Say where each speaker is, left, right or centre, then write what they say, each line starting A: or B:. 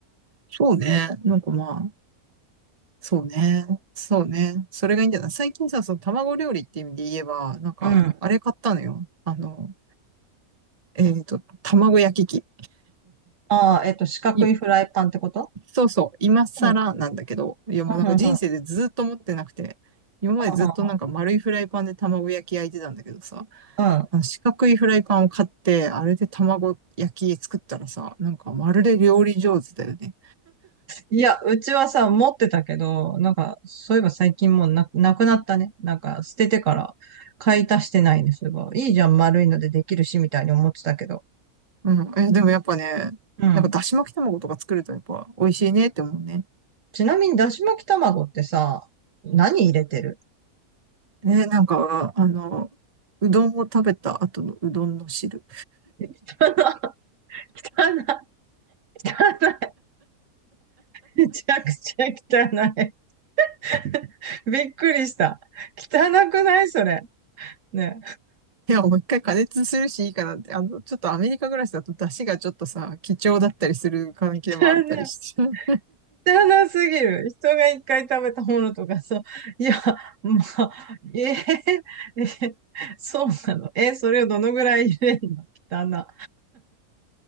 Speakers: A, on the right (about 25°); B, on the right (about 60°).
A: そうね。なんかまあ、そうね。そうね。それがいいんじゃない最近さ、その卵料理っていう意味で言えば、なんか、
B: うん。
A: あれ買ったのよ。あの、えっと、卵焼き器。
B: ああ、えっと、四角いフライパンってこと
A: い、そうそう、今更なんだけど、
B: うん。う
A: いやもうなんか人生でずっと持ってなくて、
B: ん、うん、うん。
A: 今までずっとなんか丸いフライパンで卵焼き焼いてたんだけどさ、
B: うん、うん。うん
A: あの四角いフライパンを買って、あれで卵焼き作ったらさ、なんかまるで料理上手だよね。
B: いや、うちはさ、持ってたけど、なんか、そういえば最近もうな、なくなったね。なんか、捨ててから、買い足してないね、そういえば。いいじゃん、丸いのでできるし、みたいに思ってたけど。
A: うん。え、でもやっぱね、
B: うん。
A: なんかだし巻き卵とか作るとやっぱ美味しいねって思うね。
B: ちなみに、だし巻き卵ってさ、何入れてる
A: えーなんか、あの、うどんを食べた後のうどんの汁。
B: <laughs> 汚い、汚い、めちゃくちゃ汚い。<laughs> びっくりした。汚くないそれ。ね。
A: いや、もう一回加熱するしいいかなって。あの、ちょっとアメリカ暮らしだと出汁がちょっとさ、貴重だったりする関係もあったりして。
B: 汚い知らなすぎる。人が一回食べたものとかさ、いや、まあ、えー、<laughs> えそうなの。え、それをどのぐらい入れんの汚な。